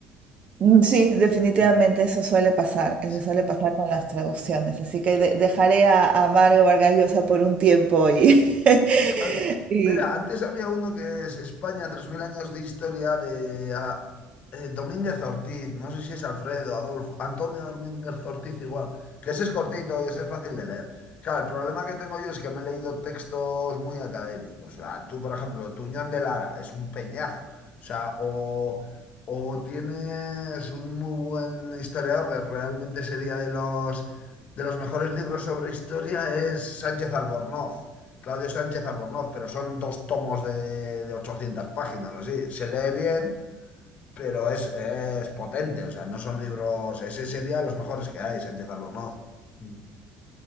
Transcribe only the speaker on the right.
Mm, Sí, definitivamente
eso suele pasar, eso
suele pasar con las traducciones, así que de- dejaré a, a Mario Vargas Llosa por un tiempo y, <laughs>
y